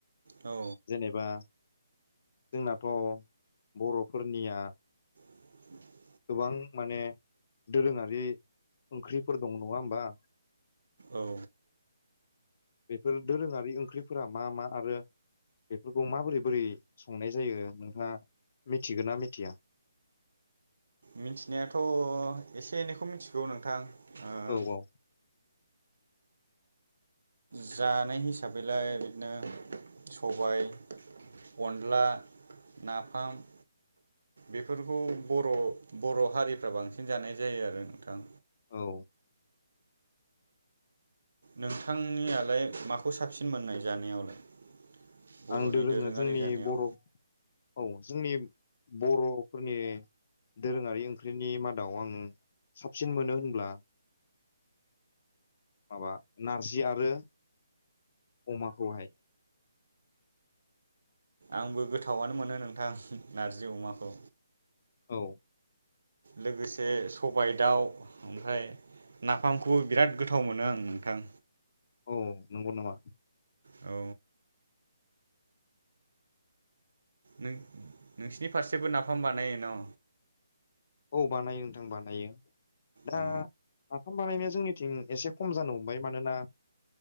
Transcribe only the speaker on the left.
जेनेबा जोंनाथ बर फोरनिया
गोबां माने दोरोङारि ओंख्रिफोर दं नङा होमबा?
बेफोर दोरोङारि ओंख्रिफोरा मा मा आरो बेफोरखौ माबोरै बोरै संनाय जायो नोंथाङा मिथिगोन ना मिथिया?
औ औ।
औ।
आं दोरोङा
जोंनि
बर औ जोंनि बर फोरनि दोरोङारि ओंख्रिनि मादाव आं साबसिन मोनो होनब्ला माबा नारजि आरो अमाखौहाय
औ
औ नंगौ नामा?
औ बानायो नोंथां बानायो दा
नाफाम बानायनाया जोंनिथिं एसे खम जानो हमबाय मानोना